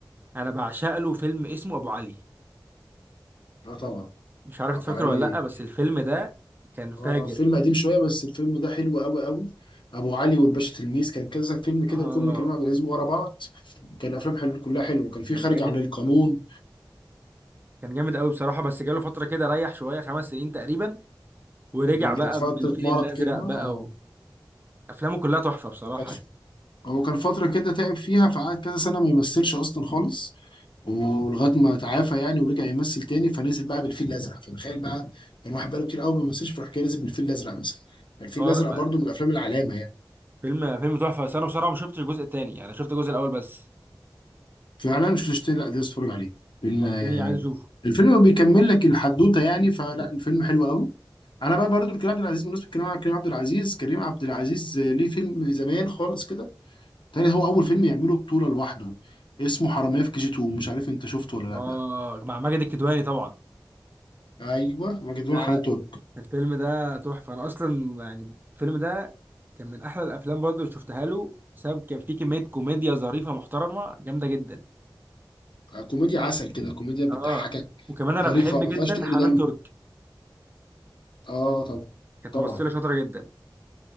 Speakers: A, on the right (about 25°); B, on the left (about 80°).
A: انا بعشق له فيلم اسمه ابو علي
B: لا طبعا
A: مش عارف
B: ابو
A: تفكره
B: علي
A: ولا لا بس الفيلم ده كان فاجر
B: اه فيلم قديم شويه بس الفيلم ده حلو قوي قوي ابو علي والباشا تلميذ كان كذا فيلم كده
A: اه
B: لكل كريم عبد العزيز ورا بعض كان افلام حلو كلها حلوه كان في
A: كان
B: خارج
A: جامد
B: عن القانون
A: كان جامد قوي بصراحه بس جاله فتره كده ريح شويه خمس سنين تقريبا ورجع
B: مم،
A: بقى
B: كانت فتره
A: بالفيل
B: مرض
A: الازرق
B: كده اه
A: بقى وافلامه كلها تحفه بصراحه
B: وكانت هو كان فتره كده تعب فيها فقعد كذا سنه ما يمثلش اصلا خالص ولغايه ما تعافى يعني ورجع يمثل تاني فنزل بقى بالفيل الازرق فتخيل بقى يعني واحد بقاله كتير قوي ما بيمثلش فراح كده نزل بالفيل الازرق مثلا الفيل
A: اه
B: الازرق
A: لا بقى
B: برضه من الافلام العلامه يعني.
A: فيلم فيلم تحفه بس انا بصراحه ما شفتش الجزء الثاني يعني شفت الجزء الاول بس
B: فعلا مش هتشتري لا لازم تتفرج عليه فيلم
A: يعني
B: آه،
A: التاني عايز اشوفه
B: الفيلم بيكمل لك الحدوته يعني فلا الفيلم حلو قوي انا بقى برضو الكريم عبد العزيز بالنسبه لكريم عبد- كريم عبد العزيز كريم عبد العزيز آه، ليه فيلم زمان خالص كده تاني هو اول فيلم يعمله بطوله لوحده اسمه حراميه في كي جي 2 مش عارف انت شفته ولا
A: اه
B: لا
A: مع ماجد الكدواني طبعا
B: ايوه مجدون
A: لا
B: حنان
A: لا
B: ترك
A: الفيلم ده تحفة أنا أصلا يعني الفيلم ده كان من أحلى الأفلام برضه اللي شفتها له بسبب كان فيه كمية كوميديا ظريفة محترمة جامدة جدا
B: آه، كوميديا عسل كده كوميديا بتضحكك
A: آه وكمان أنا
B: ظريفه
A: بحب
B: ما فيهاش
A: جدا
B: تقل
A: حنان
B: دم
A: ترك
B: اه طبعا
A: كانت
B: طبعا
A: ممثلة شاطرة جدا